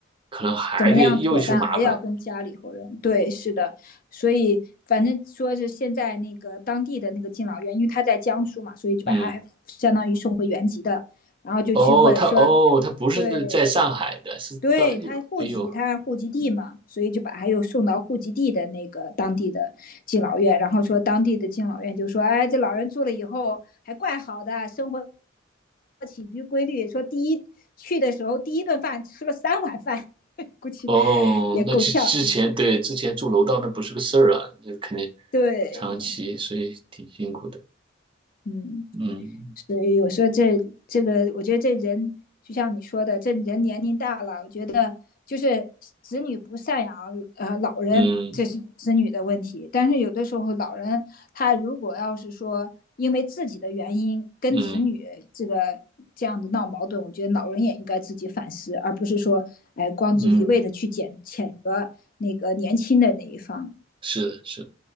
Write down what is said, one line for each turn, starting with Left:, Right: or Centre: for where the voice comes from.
Right: 可能还得又是麻烦。
Left: 怎么样妥当，还要跟家里头人，对，是的，所以反正说是现在那个当地的那个敬老院，因为他在江苏嘛，所以就把他还相当于送回原籍的，
Right: 嗯，
Left: 然后就去问说，
Right: 哦，他哦，他不是在上海的，
Left: 对，
Right: 是到有哎呦，
Left: 对他户籍，他户籍地嘛，所以就把他又送到户籍地的那个当地的敬老院，然后说当地的敬老院就说，哎，这老人住了以后还怪好的，生活起居规律，说第一去的时候第一顿饭吃了三碗饭，估计
Right: 哦，
Left: 也够呛，
Right: 那之之前对之前住楼道那不是个事儿啊，
Left: 就是
Right: 那肯定
Left: 对，
Right: 长期，所以挺辛苦的。
Left: 嗯。
Right: 嗯
Left: 所以有时候这这个，我觉得这人就像你说的，这人年龄大了，我觉得就是子女不赡养呃老人，
Right: 嗯
Left: 这是子女的问题。但是有的时候老人他如果要是说因为自己的原因跟子女这个这样的闹矛盾，
Right: 嗯
Left: 我觉得老人也应该自己反思，而不是说哎呃光是一味的去谴谴责那个年轻的那一方
Right: 嗯，嗯是的，是的